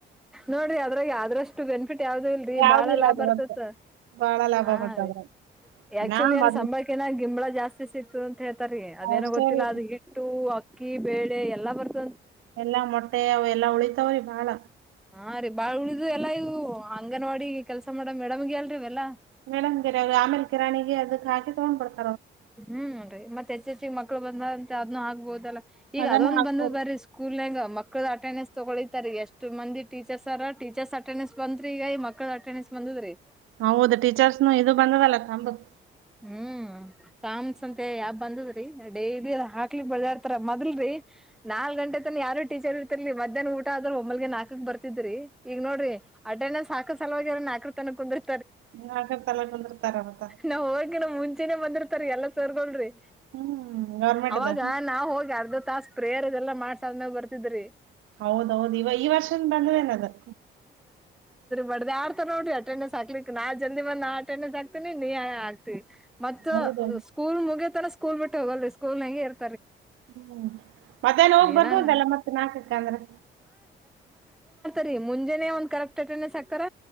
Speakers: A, in the centre; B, on the right.
A: ನೋಡ್ರಿ ಅದ್ರಾಗ ಆದ್ರಷ್ಟು ಬೆನಿಫಿಟ್ ಯಾವ್ದ ಇಲ್ಲ.
B: ಯಾವ್ದು
A: ಬಾಳ
B: ಇಲ್ಲಾ
A: ಲಾಭ
B: ರೀ
A: ಬರ್ತತ್
B: ಒಟ್ಟ ಬಾಳ ಲಾಭ
A: ಹಾನ್
B: ಮತ್ತ್
A: ರಿ
B: ಅದ್ರಾಗ
A: ಆಕ್ಚುಲಿ
B: ನಾ ಮೊದ್ಲ್
A: ಅಲ್ಲಿ ಸಂಬಳಕಿನ ಗಿಂಬಳ ಜಾಸ್ತಿ ಸಿಕ್ತದ ಅಂತ ಹೇಳ್ತಾರೀ ಅದೇನೋ
B: ಅಷ್ಟೇ
A: ಗೊತ್ತಿಲ್ಲ
B: ರೀ
A: ಅದು ಹಿಟ್ಟು ಉಪ್ಪು ಅಕ್ಕಿ ಬೇಳೆ ಎಲ್ಲಾ ಬರ್ತ
B: ಎಲ್ಲಾ ಮೊಟ್ಟೆ ಅವೆಲ್ಲಾ ಉಳಿತಾವ್ರಿ ಬಾಳ.
A: ಹಾ ರಿ ಬಾಳ್ ಉಳಿದಿವೂ ಎಲ್ಲಾ ಇವು ಅಂಗನವಾಡಿ ಕೆಲ್ಸ ಮಾಡ ಮೇಡಮಗೆ ಅಲ್ರಿ ಇವೆಲ್ಲಾ.
B: ಮೇಡಮ ಗಿರ ಆಮಲೆ ಕಿರಾಣಿಗೆ ಅದಕ್ ಹಾಕಿ ತಗೊಂಡ್ಬಡ್ತಾರ.
A: ಹ್ಮ್ ನೋರಿ ಮತ್ತ್ ಹೆಚ್ಚ ಹೆಚ್ಚಿಗ ಮಕ್ಳು ಬಂದ <unintelligible> ಆಗ್ಬೋದಲ್ಲ. ಈಗ
B: ಅದನ್ನ
A: ಅದೊಂದ
B: ಹಾಕ್ಬೋದ್
A: ಬಂದ್ ಬರೀ ಸ್ಕೂಲ್ನಾಗ್ ಮಕ್ಕ್ ಮಕ್ಕಳ ಅಟಂಡೆನ್ಸ್ ತಗೊಳಿತ ರೀ ಎಷ್ಟು ಮಂದೀ ಟೀಚರ್ಸ್ರ ಟಿಚರ್ಸ್ ಅಟೆಂಡೆನ್ಸ್ ಬಂದತ ರಿ ಈಗ ಈ ಮಕ್ಳ ಅಟೆಂಡೆನ್ಸ್ ಬಂದದ್ರೀ.
B: ಹೌದು ಟೀಚರ್ಸ್ನು ಇದು ಬಂದದಲ್ಲ ತಂಬ.
A: ಹ್ಮ್ ಥಾಮ್ಸ್ ಅಂತೆ ಯಾಪ್ ಬಂದದ್ರಿ ಡೈಲಿ ಹಾಕ್ಲಿಕ್ ಇಬ್ಬರ್ ಮೊದಲ್ರಿ ನಾಲ್ಕ್ ಗಂಟೆ ತನ ಯಾರು ಟೀಚರ್ ಇರ್ತಿರಲಿಲ್ಲ ರಿ ಮಧ್ಯಾನ ಊಟ ಆದ್ರ ಒಮ್ಮಲ್ಗೆ ನಾಲ್ಕಕ್ ಬರ್ತಿದ್ರಿ. ಈಗ ನೋಡ್ರಿ ಅಟೆಂಡೆನ್ಸ್ ಸಾಕು ಸಲುವರ ನಾಕೃ ತನ ಕುಂದ್ರ್
B: <unintelligible> ಕುಂದ್ರ್ತಾರ ಮತ್ತ
A: ನಾವ್ ಹೋಗಿನ ಮುಂಚೆನೆ ಬಂದಿರ್ತಾರರಿ ಎಲ್ಲ ಸರ್ ಗೋಳ್ರಿ.
B: ಹ್ಮ್
A: ಅವಾಗ
B: ದ
A: ನಾವ ಹೋಗಿ ಅರ್ಧ ತಾಸ ಪ್ರೇಯರ್ ಇದೆಲ್ಲಾ ಮಾಡ್ಸಾದ್ಮೇಲ ಬರ್ತಿದ್ರಿ
B: ಹೌದೌದು ಇವ ಈ ವರ್ಷನ್ ಬಂದದೇನ ಅದ
A: ಬಡದ್ಯಾಡ್ತಾರ್ ನೋಡ್ರಿ ಅಟೆಂಡನ್ಸ್ ಸಾಕ್ಲಿಕ್ಕ ನಾ ಜಲ್ದಿ ಬಂದ ನಾ <unintelligible> ನೀ ತಿವಿ. ಮತ್ತ
B: ಹೌದ್
A: ಸ್ಕೂಲ್ ಮುಗಿಯತನ. ಸ್ಕೂಲ್ಟ್ಟ ಹೋಗಲ್ರಿ ಸ್ಕಲ್ನಗೆ ಇರ್
B: ಹ್ಮ್ ಮದ್ಯಾನ ಹೋಗ್
A: ಹೈರಾಣ
B: ಬರ್ಬೋದಲ್ಲ ಮತ್ತ್ ನಾಲ್ಕಕಂದ್ರೆ.
A: ರಿ ಮುಂಜೆನೆ ಒಂದ್ ಕರೆಕ್ಟ್ ಅಟೆಂಡೆನ್ಸ್ ಹಾತಾರ.